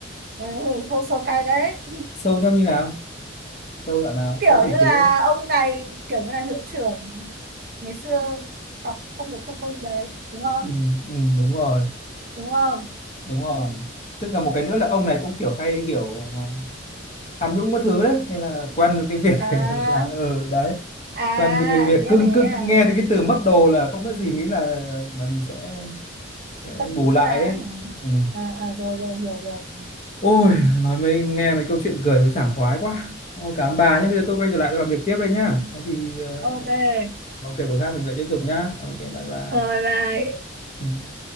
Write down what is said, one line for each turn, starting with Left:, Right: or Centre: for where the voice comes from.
Right: đấy, hơi sâu cay đấy
Left: sâu theo như nào sâu đoạn nào
Right: kiểu
Left: tôi thì
Right: như là
Left: thế
Right: ông này kiểu như là hiệu trưởng ngày xưa học không được thông minh đấy đúng không
Left: ừ, ừ, đúng rồi
Right: đúng không
Left: đúng rồi tức là một cái nữa là ông này cũng kiểu hay kiểu à, tham nhũng các thứ đấy nên là quen với cái việc
Right: à
Left: <laughs> gọi là ừ đấy
Right: à
Left: quen với cái việc
Right: ý là
Left: cứ
Right: thế
Left: cứ cứ
Right: à
Left: nghe thấy cái từ mất đồ là không biết gì nghĩ là là mình sẽ, sẽ
Right: sắp
Left: bù
Right: nghĩ
Left: lại
Right: ra à,
Left: ấy. Ừ.
Right: à, à rồi rồi hiểu rồi
Left: ôi nói mới nghe mấy câu chuyện cười mới sảng khoái quá ôi cảm ơn bà nhé bây giờ tôi quay trở lại tôi làm việc tiếp đây nhá có gì ờ,
Right: ok
Left: ok buổi khác mình lại tiếp tục nhá ok bye bye
Right: rồi bye
Left: Ừ.